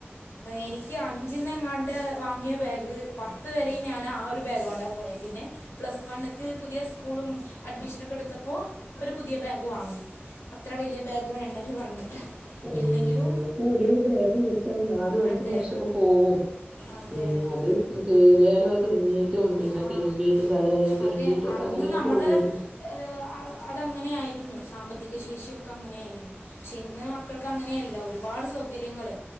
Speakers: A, on the left; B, on the right.
A: എനിക്ക് അഞ്ച്ന്നെങ്ങാണ്ട് വാങ്ങിയ ബേഗ്. പത്ത് വരെയും ഞാനാ ആ ഒരു ബാഗ് കൊണ്ടാ പോയെ പിന്നെ. പ്ലസ് വണ്ണിക്ക് പുതിയ സ്കൂളും. അഡ്മിഷനൊക്കെ ഇട്ടുത്തപ്പോ ഒരു പുതിയ ബേഗ് വാങ്ങി. അത്ര വലിയ ബാഗ് വേണ്ടെന്ന് പറഞ്ഞിട്ട്.
B: ഏഹ്
A: ഇല്ലെങ്കിലും
B: ഇന്നട്ട് ഒരു ബേഗ് മേടിച്ച നാലും അഞ്ച്
A: അതെ
B: വർഷൊക്കെ പോവൊ.
A: അതെ
B: ഏഹ്
A: അതെ
B: അത് കീറിയാലും അത് തുന്നീട്ടും പിന്നെ
A: ആ
B: തിരുമ്പീട്ട് ചളിയായാൽ തിരുമ്പിട്ട്
A: അതെ
B: ട്ടൊക്കെ
A: അന്ന്
B: അങ്ങനെ
A: നമ്മളെ
B: പോവല്.
A: ഏഹ് അതങ്ങനെ ആയിരുന്നു. സാമ്പത്തിക ശേഷിയൊക്കെ അങ്ങനെയായിരുന്നു. പക്ഷെ ഇന്ന് മക്കൾക്ക് അങ്ങനെയല്ല. ഒരുപാട് സൗകര്യങ്ങള്